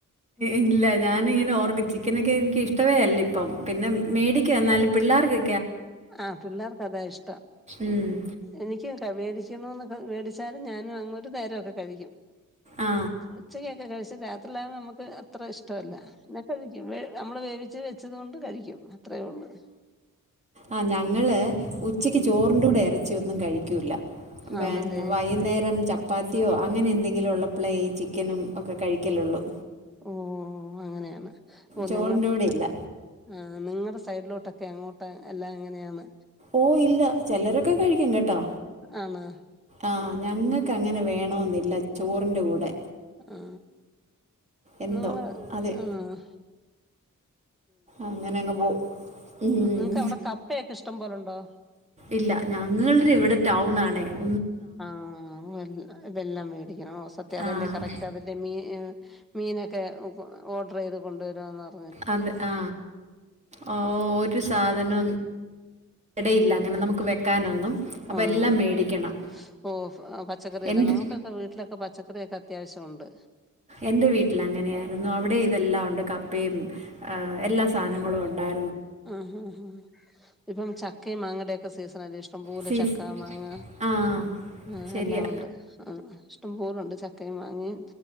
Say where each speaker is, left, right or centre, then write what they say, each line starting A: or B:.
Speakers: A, in the centre; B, on the right.
A: ഉം
B: ഇല്ല ഞാനിങ്ങനെ ഓർക്കും ചിക്കനൊക്കെ എനിക്ക് ഇഷ്ട ഇഷ്ട്ടമേ അല്ല ഇ പ്പം പിന്നെ മേടിക്കും എന്നാലും പിള്ളാർക്ക്
A: ആ പിള്ളേർക്കതാ ഇഷ്ടം
B: ഉം
A: എനിക്കും മേടിക്കണൊന്ന് മേടിച്ചാലും ഞാനും അങ്ങ് ഒരു നേരമൊക്കെ കഴിക്കും
B: ആ
A: ഉച്ചയെ ക്കെ കഴിച്ച് രാത്രിലാണ് നമുക്ക് അത്ര ഇഷ്ടല്ല പിന്നെ കഴിക്കും നമ്മള് വേവിച്ച് വെച്ചത് കൊണ്ട് കഴിക്കും അത്രയുള്ളൂ
B: ആ ഞങ്ങള് ഉച്ചക്ക്
A: ഉം
B: ചോറിന്റെ കൂടെ എറ എറച്ചിയൊന്നും കഴിക്കുല്ല വേണ്ട
A: ആണല്ലേ
B: വൈകുന്നേരം ചപ്പ ചപ്പാത്തിയോ അങ്ങനെ എന്തെങ്കിലും ഉള്ളപ്പളേ ഈ ചിക്കനും ഒക്കെ കഴിക്കലൊള്ളൂ
A: ഓ ഓ അങ്ങനെയാണ് ഓ
B: ചോറിന്റെ
A: നിങ്ങള്
B: കൂടെ
A: നി
B: ഇല്ല
A: ആ നിങ്ങളടെ സൈഡിലോട്ട് ക്കെ അങ്ങോട്ട് എല്ലാം ഇങ്ങനെയാണ്
B: ഓ ഇല്ല ചിലരൊക്കെ കഴിക്കും കെട്ടൊ
A: ആണ്
B: ആ ഞങ്ങക്ക്
A: ഉം
B: അങ്ങനെ വേണെന്നില്ല ന്നില്ല ചോറിന്റെ കൂടെ
A: ആ
B: എന്തോ
A: നാളെ
B: അതെ
A: ആഹ്
B: അങ്ങനെ അങ്ങ് പോകും ഉം
A: നിങ്ങക്ക് അവിടെ കപ്പയൊക്കെ ഇഷ്ടം പോലുണ്ടോ
B: ഇല്ല ഞങ്ങളടെ ഇവിടെ ടൗൺ ആണ് ണേ
A: ആ വ ഇതെല്ലാം മേടിക്കണം ഓ സത്യം അതെല്ലേ
B: ആഹ്
A: കറക്റ്റ് അതെല്ലേ മീ മീനൊക്കെ ഓർഡർ ചെയ്ത് കൊണ്ടുവരാമന്നറ
B: അതെ ആ ഓ ഒരു സാധ ധനം എടയില്ല അങ്ങനെ നമുക്ക് വെക്കാനൊന്നും അപ്പം
A: ഒന്നുംഇല്ല
B: എല്ലാം മേടിക്കണം
A: ഓ പച്ചക്കറിയില്ല
B: എൻ്റെ
A: നമുക്കൊക്കെ വീട്ടിലൊക്കെ പച്ചക്കറിയെക്കെ അത്യാവശ്യമൊണ്ട്
B: എന്റെ വീട്ടിൽ അങ്ങനെയായിരുന്നു അവിടെ ഇതെല്ലാം ഉണ്ട് കപ്പയും ആഹ് എല്ലാ സാധനങ്ങളും ഉണ്ടായി
A: ആഹാ ആ ഇപ്പം ച ക്കയും മാങ്ങേടെക്കെ സീസണല്ലെ ഇഷ്ടം പോലെ
B: സീസ്
A: ചക്ക മാങ്ങ
B: ആഹ്
A: ആ
B: ശരിയാ
A: എല്ലാം ഉണ്ട് ആ ഇഷ്ടം പോലുണ്ട് ചക്കയും മാങ്ങയും